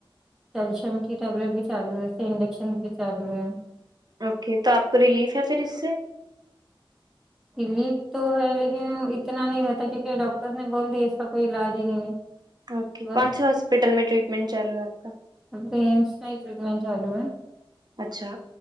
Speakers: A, in the centre; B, on the right (about 50°).
A: کیلشیم کی ٹیبلیٹ بھی چالو ہے اس کے انجکشن بھی چالو ہے
B: اوکے تو آپ کو ریلیف ہے پھر اس سے
A: ریلیف تو ہے لیکن اتنا نہیں رہتا کیونکہ ڈاکٹرس نے بول دی اس کا کوئی علاج ہی نہیں ہے
B: اوکے
A: بس
B: کون سے ہاسپٹل میں ٹریٹمنٹ چالو ہے آپ کا
A: اب تو ایمس میں ٹریٹمنٹ چالو ہے
B: اچھا